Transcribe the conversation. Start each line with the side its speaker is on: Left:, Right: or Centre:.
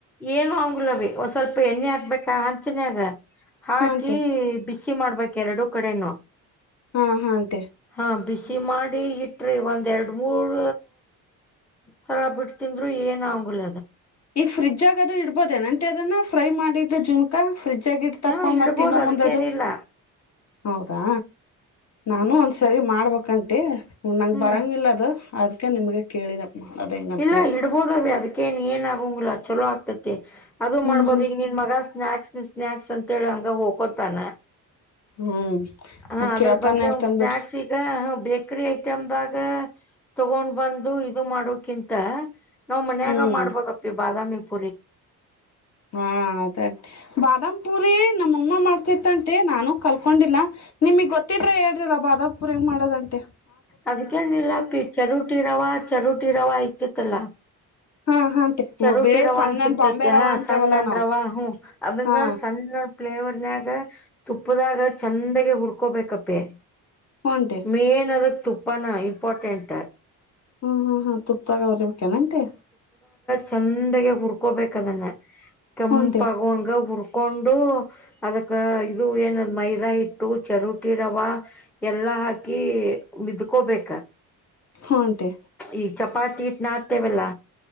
Centre: ಏನು ಆಂಗ್ಲಿವ್ ಅವಿ ಒಂದ್ ಸ್ವಲ್ಪ ಎಣ್ಣೆ ಹಾಕ್ಬೇಕಾ ನ್ಯಾಗ. ಹಾಕಿ
Left: ಹಾ ಆಂಟಿ
Centre: ಬಿಸಿ. ಖುಷಿ ಮಾಡ್ಬೇಕ್ ಎರಡು ಕಡೆನು.
Left: ಹಾ ಹಾಂತೆ.
Centre: ಹಾ ಬಿಸಿ ಮಾಡಿ ಇಟ್ರಿ ಒಂದ್ ಎರಡ್ ಮೂರ್ ಸಲ ಬಿಟ್ಟತಿಂದರು ಏನ್ ಆಂಗಲ.
Left: ಈ ಫ್ರಿಜ್ಜ ಆಗ ಅದು ಇಡ್ಬೋದೇ ಆಂಟಿ ಅದನ್ನ ಫ್ರೈ ಮಾಡಿದ್ದ ಜುನ್ಕಾ. ಫ್ರಿಜ ಆಗಿ ಇಟ್ಟು
Centre: ಹ್ಮ್
Left: ತಕೊಂಡ್
Centre: ಇಡ್ಬೋದು
Left: ಮತ್ತ ತಿನ್ನೊ
Centre: ಅದಕ್ಕೇನಿಲ್ಲ
Left: ಮುಂದ ಹೌದಾ. ನಾನು ಒಂದ್ಸರಿ ಮಾಡ್ಬೇಕಂತೆೆ. ಹ ನಂಗೆ
Centre: ಹ್ಮ್
Left: ಬರಂಗಿಲ್ಲ ಅದು. ಅದಕ್ಕೆ ನಿಮಗೆ ಕೇಳಿದೆ. ಮಾಡೋದ್ ಹೆಂಗಂತೇಳಿ
Centre: ಇಲ್ಲ ಇಡ್ಬೋದವೇ ಅದಕ್ಕ ಕ್ಕೇನ್ ಏನ ಆಗಂಗಿಲ್ಲ ಚಲೋ ಆಗ್ತತಿ. ಅದು
Left: ಹ್ಮ್
Centre: ಮಾಡ್ಬಹದು
Left: ಹ್ಮ್
Centre: ಈಗ ನಿನ್ ಮಗ ಸ್ನಾಕ್ಸ್ ಸ್ನಾಕ್ಸ್ ಅಂತೇಳಿ ಹಂಗ ಹೋಗಕೋತಾನ.
Left: ಹ್ಮ್
Centre: ಹ ಅದ್ರ
Left: ಕೇಳ್ತಾನ
Centre: ಬದ್ಲೆ
Left: ಇರ್ತನ್
Centre: ಅವ ಸಸ್ನಾಕ್ಸ್
Left: ಬಿಡ್ರಿ
Centre: ಈಗ ಬೇಕರಿ ಐಟಂ ದಾಗ ತಗೊಂಡ್ ಬಂದು ಇದು ಮಾಡೋಕಿಂತ. <inaudible> ನಾವ್ ಮನ್ಯಾಗ
Left: ಹ್ಮ್
Centre: ಮಾಡ್ಬಬೇಕಪ್ಪಿ ಬಾದಾಮಿ <inaudible>
Left: ಹಾ ಅ ಬಾದಾಮ ಪುರಿ ನಮ್ಮಮ್ಮ ಮಾಡ್ತಿತ್ತಂಟಿ ನಾನ. ಕಲ್ಕೊಂಡಿಲ್ಲ ನಿಮಗ್ ಗೊತ್ತ ಗೊತ್ತಿದ್ರೆ ಹೇಳ್ರಲ್ಲ ಬಾದಾಮಿ ಪುರಿ ಹೆಂಗ ಮಾಡೋದಂತ.
Centre: ಅದಕೇನ್ ಇಲ್ಲ ಪಿ ಚರುೂಟಿ ರವ ಚರುಟಿ ರವ ಇರ್ತೈತೀಅಲ್ವಾ.
Left: ಹಾ ಹಾಂಟೆ
Centre: ಚರೋಟಿ
Left: ಬಿಳೆ
Centre: ರವ
Left: ಸಣ್ಣನ್
Centre: ಅನ್ ಸಿಗ್ತತಿ
Left: ಬಾಂಬೆ ರವ
Centre: ಹಾ
Left: ಅಂತೇವಲ್ಲಾ
Centre: ಸಣ್ಣಂದ
Left: ನಾವ್
Centre: ರವ ಹ ಅದನ್ನ
Left: ಹಾ
Centre: ಸಣ್ಣ. ಫ್ಲೇವರ್ನ್ಯಾಗ ತುಪ್ಪದಾಗ ಚಂದಗೆ ಹುಡ್ಕೋಬೇಕಪ್ಪೆ.
Left: ಹೂನ್ಟೆ
Centre: ಮೇನ್ ಅದಕ್ಕ. ತುಪ್ಪಾನ ಇಂಪಾರ್ಟೆಂಟ್ ತ.
Left: ಹ್ಮ್ ಹ್ಮ್ ಹ್ಮ್ ತುಪ್ತಾಗ ಹೊರಿಬೇಕನ ಆಂಟಿ.
Centre: ಚಂದಾಗ ಹುರ್ಕೋಬೇಕ ಅದನ್ನ. ಕೆಂಪಾಗು
Left: ಹೂನ್ಟೆ
Centre: ಹಂಗ ಹುರ್ಕೊ ಹಕೊಂಡು ಅದಕ್ಕ ಇದು ಏನ ಮೈದಾ ಹಿಟ್ಟು ಚರುಟಿ ರವೆ ಎಲ್ಲ ಹಾಕಿ. ಬಿದ್ಕೋಬೇಕ.
Left: ಹು ಹಂಟಿ
Centre: ಈ ಚಪಾತಿ ಹಿಟ್ ನಾದತೇವಲ್ಲ